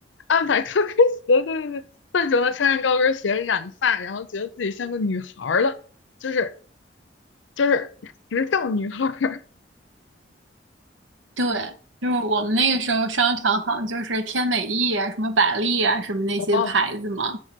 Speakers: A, on the left; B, on the right.
A: 安排高跟鞋，对对对，笨拙的穿上高跟鞋染发，然后觉得自己像个女孩儿了，就是就是时尚女孩儿。
B: 对，就是我们那个时候商场好像就是天美意啊、什么百丽啊、什么那些牌子嘛。
A: <laughs> 哦，